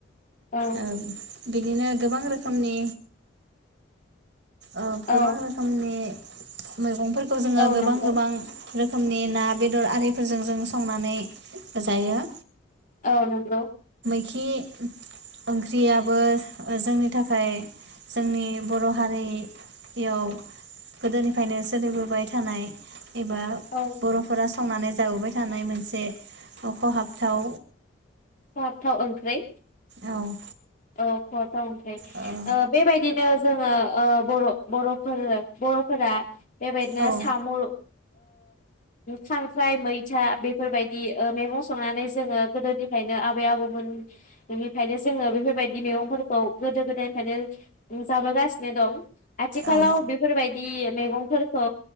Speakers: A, on the left; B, on the right.
A: औ
B: ओ बिदिनो गोबां रोखोमनि ओ गोबां
A: औ
B: रोखोमनि मैगं फोरखौ जोंङो
A: औ
B: गोबां
A: नंगौ
B: गोबां रोखोमनि ना बेदर आरिफोरजों जों संनानै जायो।
A: औ नंगौ
B: खि ओंख्रियाबो ओ जोंनि थाखाय जोंनि बर हारि याव गोदोनिफ्रायनो सोलिबोबाय थानाय एबा
A: औ
B: बरफोरा संनानै जाबोबाय थानाय मोनसे अखहाबथाव
A: अरथ ओंख्रै
B: औ
A: औ खत औ ओंखै
B: औ
A: ओ बेबायदिनो जोंङो ओ बर बरफोर बरफोरा बेबायदिनो
B: औ
A: साम ओ खांख्राइ मैथा बेफोरबायदि मैगं संनानै जोंङो गोदोनिफायनो आबै आबौमोन निफायनो जोंङो बेफोर बे बायदि मैगंफोरखौ गोदो गोदायनिफ्रायनो जाबोगासिनो दं आथिखालाव
B: औ
A: बेफोरबायदि मैगंफोरखौ